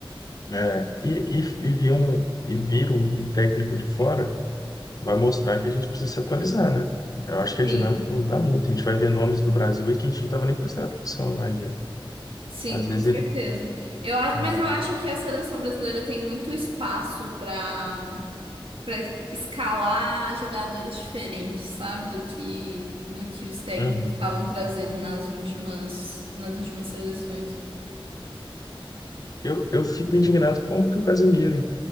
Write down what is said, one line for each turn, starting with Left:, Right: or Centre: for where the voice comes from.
Left: é, e, e, e, vi um, e vira um um técnico de fora. vai mostrar que a gente precisa se atualizar, né? Eu acho que
Right: Sim.
Left: a dinâmica muda muito. A gente vai ver nomes do Brasil aí que a gente não estava nem prestando atenção, eu imagino.
Right: Sim,
Left: Às
Right: com
Left: vezes
Right: certeza.
Left: ele.
Right: Eu, a-
Left: é,
Right: mas eu acho que a seleção brasileira tem muito espaço para para escalar jogadores diferentes, sabe? Do que do que os técnicos
Left: uhum.
Right: estavam trazendo nas últimas nas últimas seleções.
Left: Eu, eu fico indignado com o que o Casemiro